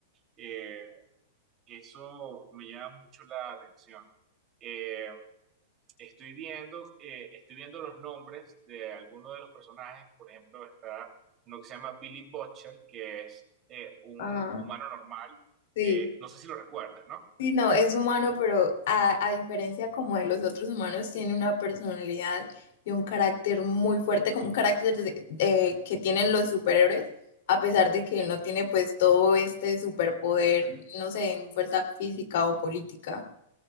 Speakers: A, on the right; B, on the left.
A: Eh, eso me llama mucho la atención. Eh, estoy viendo, eh, estoy viendo los nombres de algunos de los personajes. Por ejemplo, está uno que se llama Billy Butcher, que es eh, un
B: Ah,
A: humano normal,
B: sí.
A: que no sé si lo recuerdas, ¿no?
B: Sí, no, es humano, pero a, a diferencia como de los otros humanos, tiene una personalidad y un carácter muy fuerte, como un carácter de- eh, que tienen los superhéroes, a pesar de que
A: Sí,
B: no tiene pues todo este superpoder, no sé, en fuerza física o política.